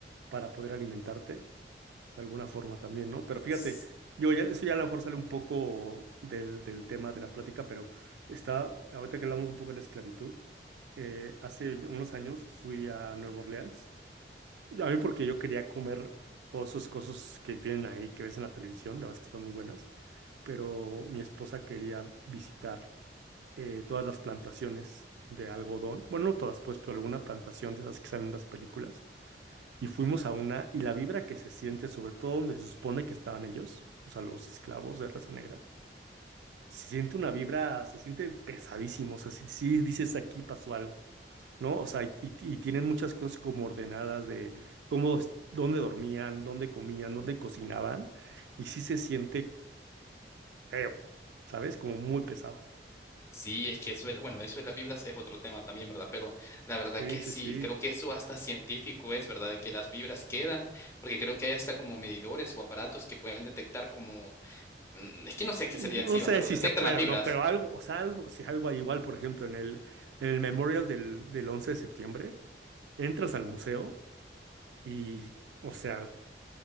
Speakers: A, on the right; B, on the left.
A: para poder alimentarte. de alguna forma también, ¿no? Pero fíjate,
B: S-
A: yo ya, eso ya a lo mejor sale un poco del, del tema de la plática, pero está, ahorita que hablamos un poco de la esclavitud, eh, hace unos años fui a Nueva Orleans, a mí porque yo quería comer todas esas cosas que vienen ahí, que ves en la televisión, la verdad es que están muy buenas, pero mi esposa quería visitar eh, todas las plantaciones de algodón. Bueno, no todas, pues, pero alguna plantación de esas que salen en las películas. Y fuimos a una, y la vibra que se siente, sobre todo donde se supone que estaban ellos, o sea, los esclavos de raza negra, se siente una vibra, se siente pesadísimo. O sea, sí sí dices aquí pasó algo. ¿no? O sea, y, y- y tienen muchas cosas como ordenadas de cómo, es- dónde dormían, dónde comían, dónde cocinaban, y sí se siente feo, ¿sabes? Como muy pesado.
B: Sí, es que eso, es- bueno, eso de las vibras es otro tema también, ¿verdad? Pero la verdad
A: Sí,
B: que
A: sí,
B: sí,
A: sí.
B: creo que eso hasta científico es, ¿verdad? De que las vibras quedan, porque creo que hay hasta como medidores o aparatos que pueden detectar como, mm, es que no sé qué
A: No
B: sería encima,
A: sé
B: pero
A: si
B: detectan
A: se puede
B: las vibras.
A: o no, pero algo, o sea, algo, si algo hay igual, por ejemplo, en el, en el Memorial del, del 11 de septiembre, entras al museo y, o sea,